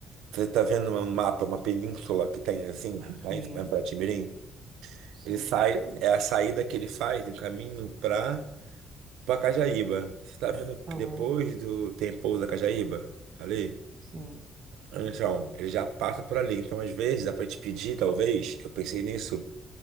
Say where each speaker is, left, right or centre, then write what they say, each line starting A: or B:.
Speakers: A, on the right; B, on the right.
A: Você tá vendo um mapa, uma península que tem assim, lá
B: Sim,
A: em em Paraty-Mirim?
B: sim.
A: Ele sai, é a saída que ele faz do caminho pra Cajaíba. Você tá vendo
B: Aham,
A: que depois do. Tem pouso da Cajaíba? Ali?
B: sim.
A: Então, ele já passa por ali. Então, às vezes, dá pra te pedir, talvez, eu pensei nisso,